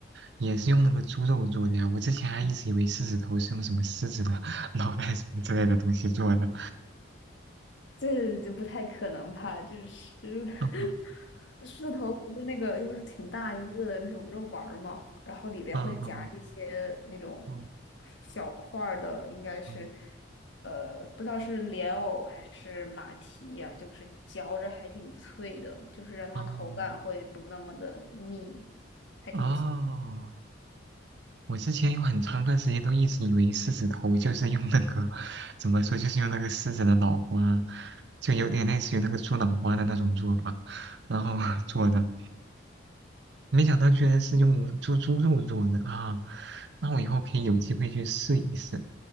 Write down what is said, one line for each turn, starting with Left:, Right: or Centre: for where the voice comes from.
Right: 也是用那个猪肉做的呀。我之前还一直以为狮子头是用什么狮子的 <laughs> 脑袋什么之类的东西做的。
Left: 这就不太可能吧？这狮 <laughs>
Right: 嗯
Left: 狮子头不是那个，又是挺大一个的那种肉丸儿嘛，然后里边会夹一些那种
Right: 嗯嗯嗯
Left: 小块儿的，应该是
Right: 嗯
Left: 呃，不知道是莲藕还是马蹄呀、就是嚼着还挺脆的，就是让它口感会不那么的腻，
Right: 嗯
Left: 还挺清
Right: 哦，我之前有很长一段时间都一直以为狮子头就是用那个，怎么说，就是用那个狮子的脑花，就有点类似于那个猪脑花的那种做法，然后 <laughs> 做的。没想到居然是用猪猪肉做的啊！那我以后可以有机会去试一试，